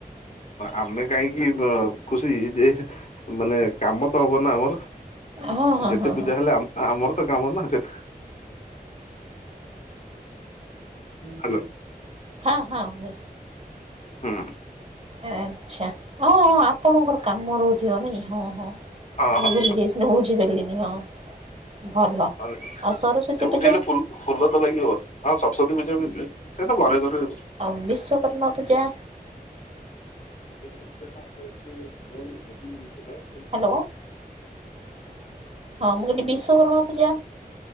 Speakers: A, on the left; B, on the right.
A: ଆମେ କାହିଁକି ଵ ଖୁସି ଯେ ମାନେ କାମ ତ ହବ ନା ଆମର।
B: ହଁ ହଁ
A: ଯେତେ
B: ହଁ
A: ପୂଜା ହେଲେ ଆମ ଆମର ତ କାମ ନା ସେଟା। ହାଲୋ
B: ହଁ, ହଁ।
A: ହୁଁ।
B: ଆଚ୍ଛା ହଁ, ହଁ ଆପଣଙ୍କର କାମ ରହୁଥିବ ନାଇଁ ହଁ, ହଁ
A: ହଁ
B: ମୁଁ
A: ହଁ
B: ଭୁଲି ଯାଇ ବୁଝିପାରିଲିନି ହଁ ଭଲ ଆଉ
A: ମାନେ
B: ସରସ୍ଵତୀ
A: ଯୋଉଠି
B: ପୂଜା।
A: ହେଲେ ଫୁଲ ଫୁଲ ତ ଲାଗିବ ଆଁ ସରସ୍ଵତୀ ପୂଜା ବି ହୁଏ ସେ ତ ଘରେ ଘରେ
B: ଆଉ ବିଶ୍ୱକର୍ମା ପୂଜା।
A: <inaudible>
B: ହାଲୋ ହଁ ମୁଁ କିହିଲି ବିଶ୍ୱକର୍ମା ପୂଜା।